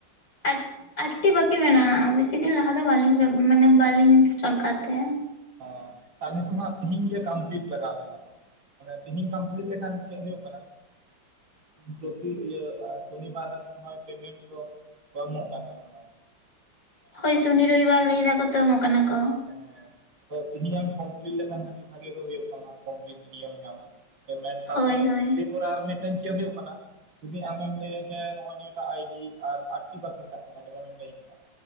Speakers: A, on the left (about 70°); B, on the right (about 80°).
A: ᱟᱴ ᱟᱴ ᱴᱤ ᱵᱟᱠᱤ ᱢᱮᱱᱟᱜᱼᱟ ᱵᱮᱥᱤᱫᱤᱱ ᱞᱟᱦᱟ ᱫᱚ ᱵᱟᱞᱤᱧ ᱢᱟᱱᱮ ᱵᱟᱹᱞᱤᱧ ᱤᱱᱥᱴᱚᱞ ᱟᱠᱟᱫ ᱛᱟᱦᱮᱸ
B: ᱚ ᱛᱟᱦᱞᱮ ᱛᱚ ᱦᱟᱸᱜ ᱛᱤᱦᱤᱧ ᱜᱮ ᱠᱚᱢᱯᱞᱤᱴ ᱞᱟᱜᱟᱣ ᱵᱮᱱᱟ ᱛᱚ᱾ ᱢᱟᱱᱮ ᱛᱤᱦᱮᱧ ᱠᱚᱢᱯᱞᱤᱴ ᱞᱮᱠᱷᱟᱱ ᱪᱮᱫ ᱦᱩᱭᱩᱜ ᱠᱟᱱᱟ ᱯᱨᱚᱛᱤ ᱤᱭᱟᱹ ᱥᱚᱱᱤ ᱵᱟᱨ ᱨᱮ ᱢᱚᱱᱮ ᱦᱚᱭ ᱯᱮᱢᱮᱴ ᱫᱚ ᱠᱚ ᱮᱢᱚᱜ ᱠᱟᱱᱟ ᱢᱚᱱᱮ ᱦᱚᱭ ᱾
A: ᱦᱳᱭ ᱥᱩᱱᱤ ᱨᱚᱵᱤᱵᱟᱨ ᱞᱟᱹᱭ ᱫᱟᱠᱚ ᱛᱚ ᱮᱢᱚᱜ ᱠᱟᱱᱟ ᱠᱚ᱾
B: ᱦᱮᱸ ᱟᱫᱚ ᱛᱮᱤᱦᱤᱧ ᱮᱢ ᱠᱚᱢᱯᱞᱤᱴ ᱞᱮᱠᱷᱟᱱ ᱠᱟᱹᱴᱤᱡ ᱵᱷᱟᱜᱤ ᱜᱮ ᱦᱩᱭᱩᱜ ᱛᱟᱢᱟ ᱠᱚᱢᱯᱤᱞᱴ ᱤᱭᱟᱹᱢ ᱧᱟᱢᱟ ᱯᱮᱢᱮᱱᱴ ᱛᱟᱨᱯᱚᱨ
A: ᱦᱳᱭ ᱦᱳᱭ
B: ᱫᱮ ᱯᱚᱨᱮ ᱟᱨ ᱢᱤᱫᱴᱟᱝ ᱪᱮᱫ ᱦᱩᱭᱩᱜ ᱠᱟᱱᱟ ᱡᱩᱫᱤ ᱟᱢᱮᱢ ᱞᱟᱹᱭᱟ ᱡᱮ ᱱᱚᱜ ᱚᱭ ᱱᱤᱭᱟᱹ ᱴᱟᱜ ᱟᱭᱰᱤ ᱟᱨ ᱟᱴ ᱴᱤ ᱵᱟᱠᱤ ᱢᱮᱱᱟᱜ ᱛᱟᱢᱟ ᱡᱮᱢᱚᱱᱮᱢ ᱞᱟᱹᱭ ᱠᱮᱫᱟ᱾